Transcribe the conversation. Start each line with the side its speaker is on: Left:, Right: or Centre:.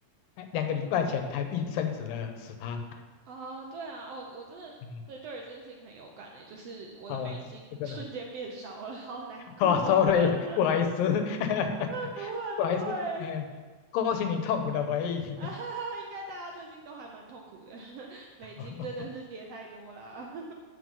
Left: 哎，两个礼拜前台币升值了十趴，
Right: 哦，对啊，哦，我真的对对于这件事情很有感诶，
Left: 嗯，
Right: 就是我的美金瞬间变少了，
Left: 哦，这个的，
Right: 好难过。
Left: 哇，sorry，
Right: <laughs>
Left: <laughs> 不好意思，<laughs>
Right: 不会不会，
Left: 不好意思，嗯，勾起你痛苦的回忆，
Right: <laughs> 啊，哈哈，应该大家最近都还蛮痛苦的，<laughs> 美金真的是跌太多啦。
Left: <laughs>
Right: <laughs>